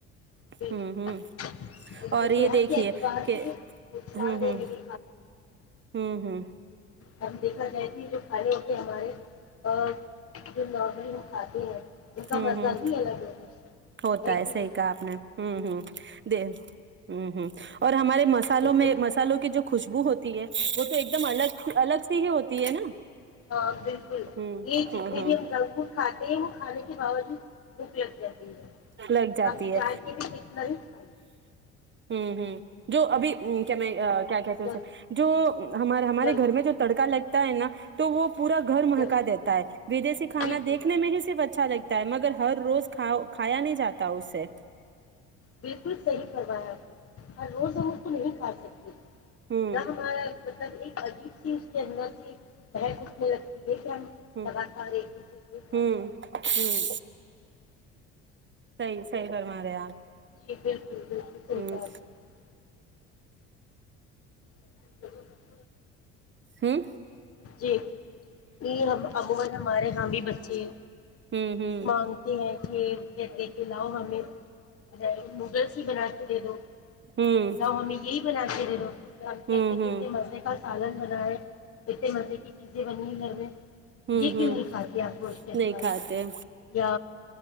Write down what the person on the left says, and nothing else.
بالکل
بالکل
صحت
کے اعتبار
سے نقصان
دہ
ہے یہ
ہم دیکھا جائے تھ جو کالے ہوتے ہمارے ا جو نارمل ہم کھاتے ہیں ان کا
مزہ
بھی الگ ہوتا ہے
کہ نہیں
بالکل
ہاں بالکل
یہ جتنے
بھی ہم جنک فوڈ کھاتے یہ م آنے کے باوجود لب رہتی ہے
ہم چائے
کے بھی کتنا ہی کھائے
جنک
جنک
جنک
بالکل
بالکل صحیح کروایا آپ نے ہ روز ہم اس کو نہیں کھا سکتے
جی ہمارے مطلب ایک عجیب سی اس کے اندر سےی بہک اٹھنے لگتی ہے یہ
دب کا اور ایک ہی چیز بت خص
<inaudible> صحیح
کہا آپ نے <inaudible>
جی یہ امان ہمارے ہاں بھی بچے
مانگتی ہیں یہ کہتےے کے لاؤ ہمیں <unintelligible> بنا کے دے دو
تو ہم م یہ بنا کے دے لو کہتے
کتے مزے کا پالک بنائے اتنے مزے کی چیزیں بنی ج
<inaudible> یہ کیوں
نہیں کھاتے ہیں آپ گوش کے الو
یا